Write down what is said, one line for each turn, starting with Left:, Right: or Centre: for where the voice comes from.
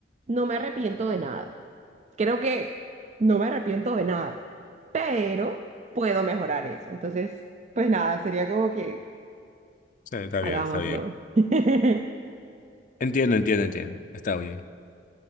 Right: no me arrepiento de nada. Creo que no me arrepiento de nada, pero puedo mejorar eso. Entonces, pues nada, sería como que
Left: Sí, está
Right: hagámoslo.
Left: bien, está bien.
Right: <laughs>
Left: Entiendo, entiendo, entiendo. Está bien.